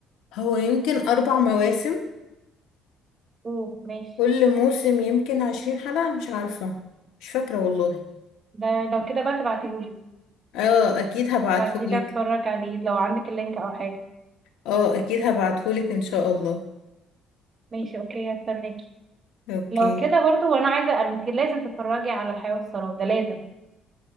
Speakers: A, on the left; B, on the right.
A: هو يمكن اربع مواسم
B: اوه ماشي
A: كل موسم يمكن عشرين حلقة مش عارفة مش فاكرة والله
B: ده لو كده بقى تبعتيهولي
A: اه اكيد هبعتهولك
B: ابعتيلي اتفرج عليه لو عندك اللينك او حاجة
A: اه اكيد هبعتهولك ان شاء الله
B: ماشي اوكي هستناكي
A: اوكي
B: لو كده برضو وانا عايزة انت لازم تتفرجي على الحياة والسراب ده لازم